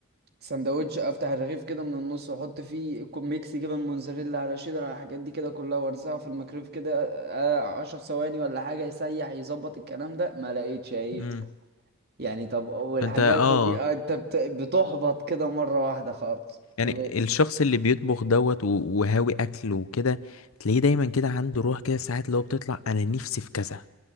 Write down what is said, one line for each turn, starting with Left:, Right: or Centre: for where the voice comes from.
Right: سندوتش افتح الرغيف كده من النص واحط فيه كو- ميكس جبن موزاريلا على شيدر على الحاجات دي كده كلها وارزعه في الميكرويف كده آه، عشر ثواني ولا حاجه يسيح يظبط الكلام ده ما لقيتش عيش
Left: امم
Right: يعني طب والحاجات
Left: فانت اه
Right: دي آه، انت بت- بتحبط كده مرة واحدة خالص
Left: يعني
Right: و-
Left: الشخص اللي بيطبخ دوت و- وهاوي اكل وكده تلاقيه دايما كده عنده روح كده ساعات اللي هو بتطلع انا نفسي في كذا